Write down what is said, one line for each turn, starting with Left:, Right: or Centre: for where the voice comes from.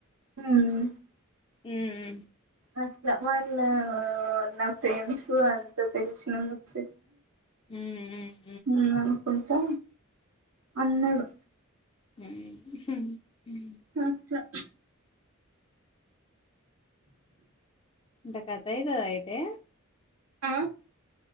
Right: హ
Left: ఉ ఊ
Right: అట్లా వాళ్ళ నా ఫ్రెండ్స్ అంతా తెలిశిన ఒచ్చి
Left: ఊ... ఊ..
Right: ఊ అనుకుంటా అన్నడు.
Left: ఊ ఉ ఊ
Right: అట్లా
Left: ఇంత కత్తెయితదా అయితే
Right: ఆ